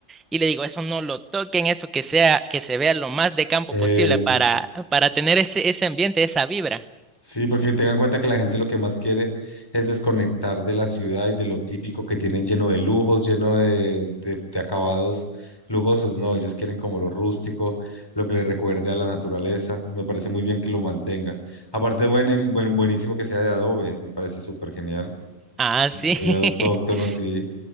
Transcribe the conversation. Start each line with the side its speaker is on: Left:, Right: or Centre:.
Centre: Y le digo, eso no lo toquen, eso que sea, que se vea lo más de campo
Left: Eso.
Centre: posible para, para tener ese, ese ambiente, esa vibra.
Left: Sí, porque tengan en cuenta que la gente lo que más quiere es desconectar de la ciudad y de lo típico que tienen lleno de lujos, lleno de, de- de acabados lujosos. No, ellos quieren como lo rústico, lo que les recuerde a la naturaleza. Me parece muy bien que lo mantenga. Aparte, buen, buen, buenísimo que sea de adobe, me parece súper genial.
Centre: Ah,
Left: Muy
Centre: sí.
Left: autóctono,
Centre: <laughs>
Left: sí.